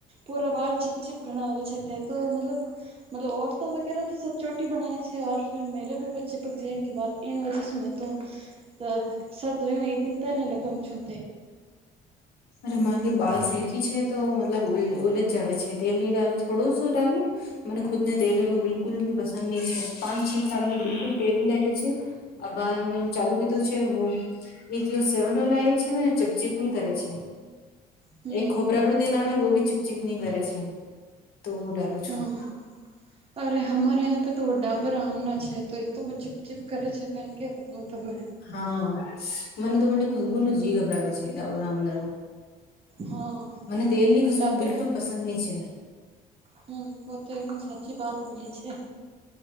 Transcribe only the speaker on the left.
હમારી બાલ સિલ્કી છે તો મતલબ ઉલજ જ આવે છે તેલ નહી ડાલું થોડું શું ડાલું મને ખુદ ને તેલનું બિલકુલ બી પસંદ નહી છે પાંચ છ સાલ ન બિલકુલ તેલ દ્યું છે આબાર ન ચાલુ કીધું છે એવું એક સેવન ઓલા એ છે ને ચપચીપની કરે છે
એક ખોબરા નું તે ના
આવે બહ બી ચીપચીપ ની કરે છે તુંડાલું
છું
હા મને તો મને ખુશબુ ન જી ગભરાવે છે ડઉરામલ
મને તેલ ની ખુશબુ
બિલકુલ પસંદ નહી છે